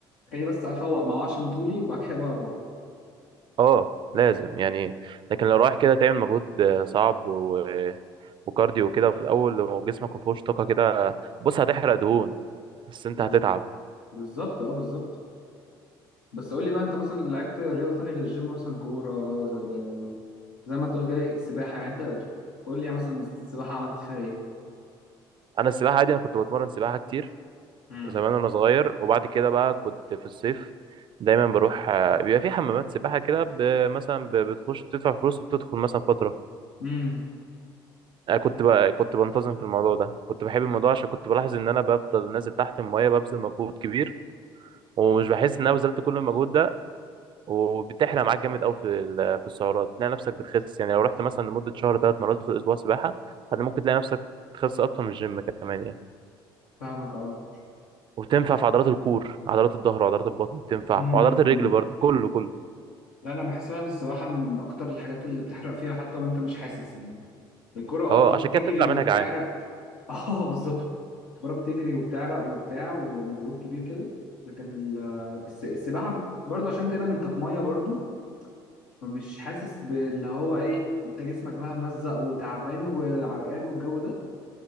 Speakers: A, on the left; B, on the right.
A: خليني بس افوق ما اوعش من طولي وبعد كده بقى اروح
B: اه لازم يعني لكن لو رايح كده تعمل مجهود آه، صعب و... وكارديو وكده وفي الاول لو جسمك ما فيهوش طاقه كده بص هتحرق دهون بس انت
A: ب-
B: هتتعب
A: بالظبط اه بالظبط بس قول لي بقى انت مثلا لعبت رياضة تانية غير الجيم مثلا كورة آه، زي ما انت قلت كده السباحة يعني انت قول لي مثلا السباحة عملت فيها ايه
B: انا السباحه عادي انا كنت بتمرن سباحه كتير
A: امم
B: زمان وانا صغير وبعد كده بقى كنت في الصيف دايما بروح آه، بيبقى في حمامات سباحه كده ب- مثلا ب- بتخش بتدفع فلوس وبتدخل مثلا فتره
A: امم
B: آه، كنت بقى كنت بنتظم في الموضوع ده كنت بحب الموضوع عشان كنت بلاحظ ان انا بفضل نازل تحت الميه ببذل مجهود كبير ومش بحس ان انا بذلت كل المجهود ده وبتحرق معاك جامد قوي في ال- في السعرات تلاقي نفسك بتخس يعني لو رحت مثلا لمده شهر ثلاث مرات في الاسبوع سباحه هت- ممكن تلاقي نفسك تخس اكتر من الجيم كمان يعني
A: فاهمك اه
B: وبتنفع في عضلات الكور عضلات الظهر وعضلات البطن بتنفع
A: امم
B: وعضلات الرجل برضه كله كله
A: لا انا بحس فعلا السباحه من اكتر الحاجات اللي بتحرق فيها حتى وانت مش حاسس يعني الكوره اه
B: اه
A: انت بتجري
B: عشان كده بتطلع منها
A: وبتعرق
B: جعان
A: <laughs> اه بالظبط الكوره بتجري وبتعرق وبتاع ومجهود كبير كده لكن ال- الس- السباحه برضه عشان تقريبا انت في ميه برضه فمش حاسس باللي هو ايه انت جسمك بقى ملزق وتعبان وعرقان والجو ده